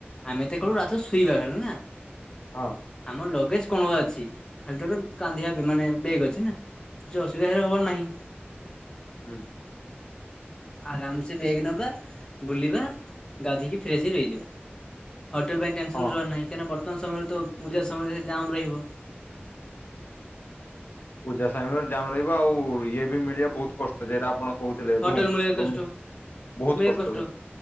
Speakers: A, on the left (about 20°); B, on the left (about 55°).
A: ଆମେ ତ କେବଳ ରାତିରେ ଶୁଇବା ଖାଲି ନା।
B: ହଁ।
A: ଆମ ଲଗେଜ କଣ ବା ଅଛି? ଖାଲିତ ଏବେ କାନ୍ଧିବା ମାନେ ବେଗ୍ ଅଛି ନା କିଛି ଅସୁବିଧା ହେ ହବାର ନାହିଁ।
B: ହୁଁ।
A: ଆରାମସ ବେଗ ନବା ବୁଲିବା ଗାଧୋଇକି ଫ୍ରସଇ ରହିଯିବା। ହୋଟେଲ ପାଇଁ ଟେନସନ
B: ହଁ
A: ରହ ନାହିଁ କାଁଇ ବର୍ତମାନ ସମୟରେ ତ ପୂଜା ସମୟରେ ଜାମ୍ ରହିବ।
B: ପୂଜା ସମୟରେ ଜାମ ରହିବ ଆଉ ଇଏ ବି ମିଳିବା ବହୁତ କଷ୍ଟ ସେଟା ଆପଣ କହୁଥିଲେ
A: ହୋଟେଲ
B: ରୁମ
A: ମିଳିବା
B: ରୁମ
A: କଷ୍ଟ ମିଳିବା
B: ବହୁତ
A: କଷ୍ଟ
B: ହେ